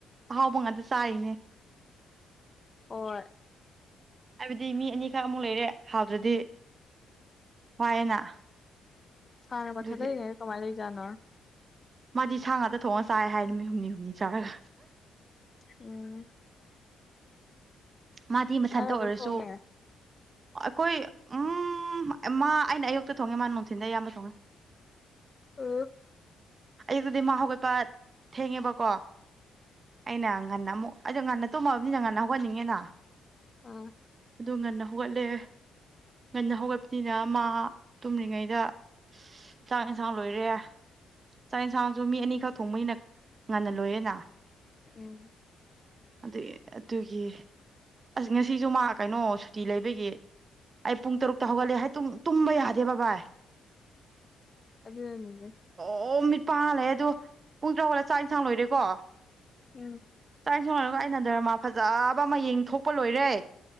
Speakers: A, on the right (about 40°); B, on the left (about 30°).
A: ꯑꯍꯥꯎꯕ ꯉꯥꯛꯇ ꯆꯥꯔꯤꯅꯦ
B: ꯍ
A: ꯍꯥꯏꯕꯗꯤ ꯃꯤ ꯑꯅꯤꯈꯛ ꯑꯃꯨꯛ ꯂꯩꯔꯦ ꯍꯥꯎꯗ꯭ꯔꯗꯤ ꯋꯥꯏꯑꯦꯅ
B: ꯁꯅ ꯀꯊ
A: ꯑꯗꯨꯒꯤ
B: ꯂꯩ ꯌꯥ ꯀꯃꯥꯏ ꯂꯩ ꯆꯅꯣ
A: ꯃꯥꯗꯤ ꯁꯥ ꯉꯥꯛꯇ ꯊꯣꯡꯉꯒ ꯆꯥꯏ ꯍꯥꯏ ꯅꯨꯃꯤꯠ ꯍꯨꯝꯅꯤ ꯍꯨꯝꯅꯤ ꯆꯥꯔꯒ
B: ꯎꯝ
A: ꯃꯥꯗꯤ ꯃꯊꯟꯇ
B: ꯅꯪ ꯑꯗꯨꯝ
A: ꯑꯣꯏꯔꯁꯨ
B: ꯊꯣꯡꯉꯦ
A: ꯑꯩꯈꯣꯏ ꯎꯝ ꯃꯥ ꯑꯩꯅ ꯑꯌꯨꯛꯇ ꯊꯣꯡꯉꯦ ꯃꯥ ꯅꯨꯡꯊꯤꯟꯜꯗ ꯑꯌꯥꯝꯕ ꯊꯣꯡꯉꯦ
B: ꯑꯣ
A: ꯑꯌꯨꯛꯇꯗꯤ ꯃꯥ ꯍꯧꯒꯠꯄ ꯊꯦꯡꯉꯦꯕꯀꯣ ꯑꯩꯅ ꯉꯟꯅ ꯑꯃꯨꯛ ꯑꯣ ꯉꯟꯅ ꯇꯨꯝꯃꯕꯅꯤꯅ ꯉꯟꯅ ꯍꯧꯒꯟꯅꯤꯡꯉꯦꯅ
B: ꯑꯥ
A: ꯑꯗꯨ ꯉꯟꯅ ꯍꯧꯒꯠꯂꯦ ꯉꯟꯅ ꯍꯧꯒꯠꯄꯅꯤꯅ ꯃꯥ ꯇꯨꯝꯔꯤꯉꯩꯗ ꯆꯥꯡ ꯏꯟꯁꯥꯡ ꯂꯣꯏꯔꯦ ꯆꯥꯛ ꯌꯦꯟꯁꯥꯡꯁꯨ ꯃꯤ ꯑꯅꯤꯈꯛ ꯊꯣꯡꯕꯩꯅ ꯉꯍꯜ ꯂꯣꯏꯌꯦꯦꯅ
B: ꯎꯝ
A: ꯑꯗꯨ ꯑꯗꯨꯒꯤ ꯑꯁ ꯉꯁꯤꯁꯨ ꯃꯥ ꯀꯩꯅꯣ ꯁꯨꯇꯤ ꯂꯩꯕꯒꯤ ꯑꯩ ꯄꯨꯡ ꯇꯔꯨꯛꯇ ꯍꯧꯒꯠꯂꯦ ꯍꯥꯏ ꯇꯨꯝꯕ ꯌꯥꯗꯦ ꯕꯕꯥꯏ
B: ꯑꯗꯨꯗ ꯅꯅꯤꯒ
A: ꯑꯣ ꯃꯤꯠ ꯄꯥ ꯍꯜꯂꯦ ꯑꯗꯣ ꯄꯨꯡ ꯇꯔꯥꯈꯣꯠꯂ ꯆꯥꯛ ꯏꯟꯁꯥꯡ ꯂꯣꯏꯔꯦꯀꯣ
B: ꯎꯝ
A: ꯆꯥꯛ ꯁꯣꯡꯉꯔꯒ ꯑꯩꯅ ꯗꯔꯃꯥ ꯐꯖꯕ ꯃꯌꯦꯡ ꯊꯣꯛꯄ ꯂꯣꯏꯔꯦ